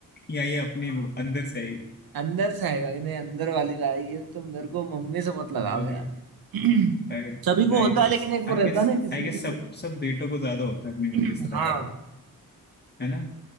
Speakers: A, on the left; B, on the right.
A: या ये अपने वो अंदर से आई
B: अंदर से आई भाई नहीं अंदर वाली भाई ये तो मेरे को मम्मी से बहुत लगाव
A: बोलिए
B: है यार <clears throat>
A: अरे
B: सभी को
A: नाइस
B: होता है लेकिन एक वो
A: आई गेस
B: रहता है ना किसी
A: आई
B: किसी
A: गेस
B: को
A: सब सब बेटों को ज्यादा होता है अपनी
B: <clears throat>
A: मम्मी से
B: हाँ
A: लगाव है ना